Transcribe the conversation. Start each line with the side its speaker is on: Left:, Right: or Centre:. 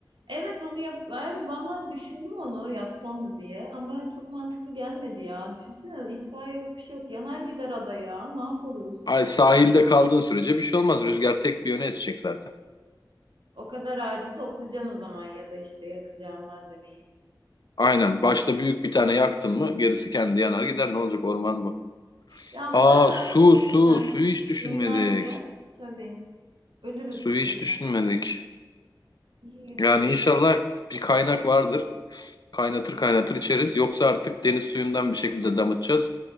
Right: Evet onu yap Ay, bana düşündüm onu yapsam mı diye ama çok mantıklı gelmedi ya. Düşünsene itfaiye yok bir şey yok. Yanar gider adaya. Mahvoluruz.
Left: Ay sahilde kaldığın sürece bir şey olmaz. Rüzgar tek bir yöne esecek zaten.
Right: O kadar ağacı toplayacaksın o zaman ya da işte yakacağın malzemeyi.
Left: Aynen. Başta büyük bir tane yaktın mı gerisi kendi yanar gider. Ne olacak orman bu?
Right: Ya
Left: Aa
Right: bu arada
Left: su su.
Right: heh,
Left: Suyu hiç
Right: suyu
Left: düşünmedik.
Right: ne yapacağız? Tabii ölürüz
Left: Suyu
Right: iki
Left: hiç
Right: güne.
Left: düşünmedik.
Right: İki gün
Left: Yani
Right: ölürüz.
Left: inşallah bir kaynak vardır. Kaynatır kaynatır içeriz. Yoksa artık deniz suyundan bir şekilde damıtacağız.